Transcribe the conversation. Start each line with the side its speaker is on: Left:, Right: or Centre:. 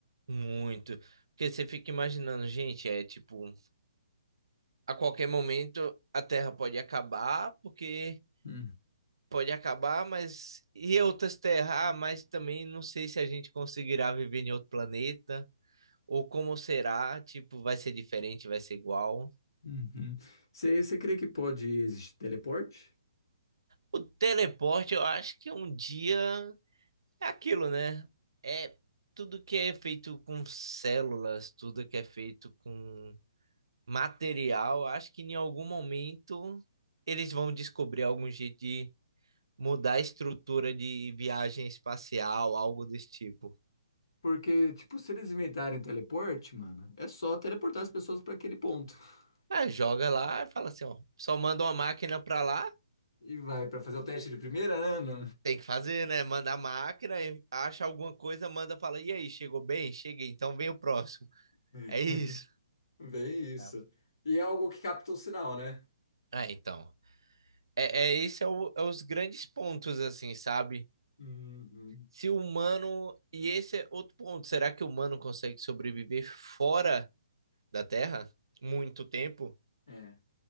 Right: Muito. Porque você fica imaginando, gente, é tipo, a qualquer momento a Terra pode acabar, porque
Left: Hum,
Right: pode acabar, mas e outras terras? Ah, mas também não sei se a gente conseguirá viver em outro planeta, ou como será, tipo, vai ser diferente, vai ser igual.
Left: Uhum. Você, você crê que pode existir teleporte?
Right: O teleporte, eu acho que um dia é aquilo, né? É tudo que é feito com células, tudo que é feito com material, acho que em algum momento eles vão descobrir algum jeito de mudar a estrutura de viagem espacial, algo desse tipo.
Left: Porque, tipo, se eles inventarem teleporte, mano, é só teleportar as pessoas pra aquele ponto. <laughs>
Right: É, joga lá e fala assim, ó, só manda uma máquina pra lá,
Left: E vai pra fazer o teste de primeira, ano.
Right: tem que fazer, né? Manda a máquina, e acha alguma coisa, manda, fala, e aí, chegou bem? Cheguei, então vem o próximo.
Left: <laughs>
Right: É isso.
Left: Bem isso.
Right: Tá.
Left: E é algo que capta o sinal, né?
Right: É, então. É, é esse é, o- é os grandes pontos, assim, sabe?
Left: Uhum.
Right: Se o humano. E esse é outro ponto. Será que o humano consegue sobreviver fora da Terra muito tempo.
Left: É.